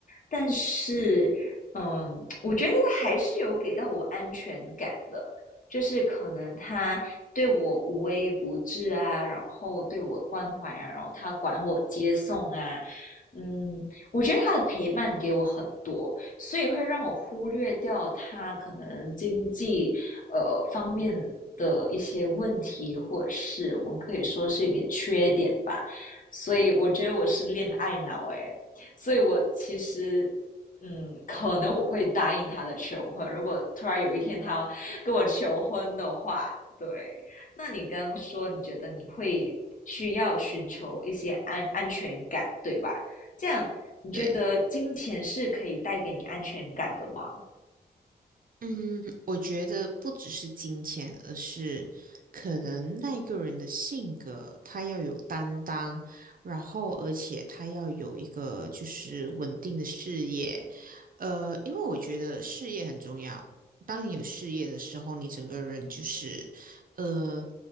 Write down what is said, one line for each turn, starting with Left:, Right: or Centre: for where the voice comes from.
Left: 但是嗯，我觉得他还是有给到我安全感的，就是可能他对我无微不至啊，然后对我关怀啊，然后他管我接送啊。嗯，我觉得他的陪伴给我很多，所以会让我忽略掉他可能经济呃方面的一些问题，或者是我们可以说是一点缺点吧。所以我觉得我是恋爱脑诶，所以我其实。嗯，可能我会答应他的求婚。如果突然有一天他要跟我求婚的话，对，那你刚刚说你觉得你会需要寻求一些安安全感，对吧？这样你觉得金钱是可以带给你安全感的吗？
Right: 对，嗯，我觉得不只是金钱，而是可能那个人的性格，他要有担当，然后而且他要有一个就是稳定的事业。呃，因为我觉得事业很重要。当你有事业的时候，你整个人就是，呃，